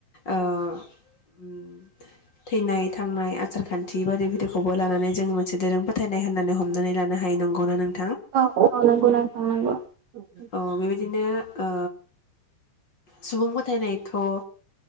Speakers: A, on the left; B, on the right.
A: ओ उम-थैनाय थांनाय आसार खान्थि बायदि बिदिखौबो लानानै जों मोनसे दोरों फोथायनाय होननानै हमनानै लानो हायो नंगौना नों
B: औ औ नंगौ नोंथां नंगौ।
A: औ बेबायदिनो ओ सुबुं फोथायनायथ' ओ